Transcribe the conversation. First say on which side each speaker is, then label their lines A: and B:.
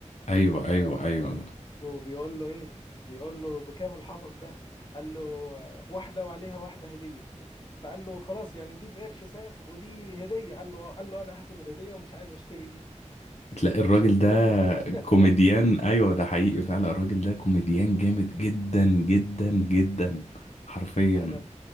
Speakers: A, on the left (about 65°); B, on the left (about 35°).
A: ايوه ايوه
B: آه،
A: ايوه
B: وبيقول له ايه بيقول له بكام الحطب ده قال له آه، واحده وعليها واحده هديه فقال له خلاص يعني دي بقرش ساغ ودي هديه قال له قال له انا هاخد الهديه ومش عايز اشتري دي
A: تلاقي الراجل
B: شفت
A: ده
B: انت فجأة <laughs>
A: كوميديان ايوه ده حقيقي فعلا الراجل ده كوميديان جامد جدا جدا جدا حرفيا
B: انا ب-